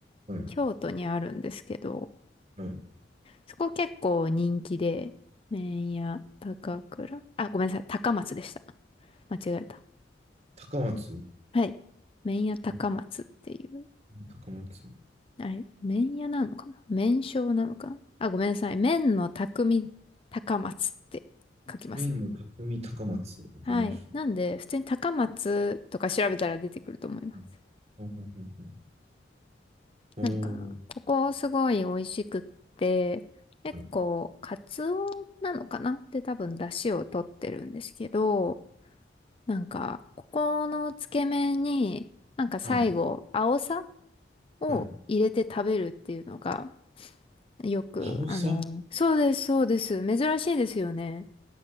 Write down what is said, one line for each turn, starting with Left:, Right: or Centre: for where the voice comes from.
Right: はい。
Left: 京都にあるんですけど、
Right: はい。
Left: そこ結構人気で、麺屋高倉、あ、ごめんなさい、高松でした。間違えた。
Right: 高松。
Left: はい。麺屋高松っていう
Right: あ高松。
Left: あれ、麺屋なのかな麺匠なのかあ、ごめんなさい。麺の匠高松って書きますね。
Right: メインの匠高松。わかりまし
Left: はい。なんで、普通に高松とか調べたら出てくると思います。
Right: た。はい。はいはいはいはいお
Left: なんか、
Right: ー。
Left: ここすごい美味しくって、結構、
Right: はい。
Left: カツオなのかなって多分出汁を取ってるんですけど、なんか、ここのつけ麺に、なんか最後、
Right: はい。
Left: 青さを入れて食べるっていうのが、
Right: はい。
Left: よく、
Right: 青さ。
Left: あの、そうです、そうです。珍しいですよね。